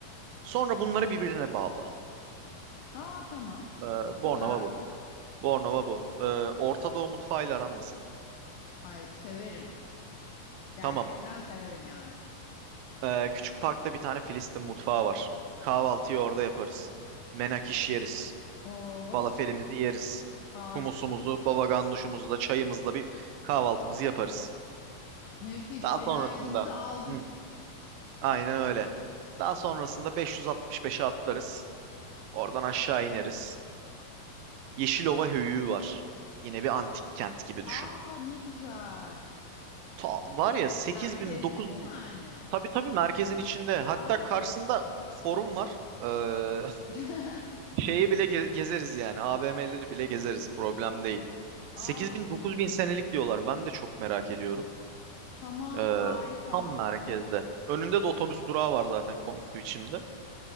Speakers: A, on the right (about 75°); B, on the left (about 75°).
A: Sonra bunları birbirine bağla.
B: Aa tamam.
A: Ee, Bornova
B: Güzel.
A: bu. Bornova bu. Ee, Orta Doğu mutfağıyla aran nasıl?
B: Ay severim. Gerçekten
A: Tamam.
B: severim yani.
A: Ee, küçük parkta bir tane Filistin mutfağı var. Kahvaltıyı orada yaparız. Menakiş yeriz.
B: Oo
A: Falafelimizi yeriz.
B: harika.
A: Humusumuzu, baba ganuşumuzla, çayımızla bir kahvaltımızı yaparız.
B: Nefis.
A: Daha
B: Enerjimizi
A: sonrasında
B: aldık.
A: Hı, aynen öyle. daha sonrasında 565'e atlarız. Oradan aşağı ineriz. Yeşilova Höyüğü var. Yine bir antik kent gibi düşün.
B: Aa ne güzel.
A: Ta, var ya 8000
B: Merkezde
A: 9000
B: mi yani?
A: tabii tabii merkezin içinde. Hatta
B: aa,
A: karşısında forum var. Ee,
B: <laughs>
A: <laughs> şeyi bile ge- gezeriz yani. AVM'leri bile gezeriz. Problem değil.
B: Aa
A: 8000 9000 senelik diyorlar. Ben de çok merak ediyorum.
B: tamam
A: Ee,
B: harika.
A: tam merkezde. Önünde de otobüs durağı var zaten komik bir biçimde.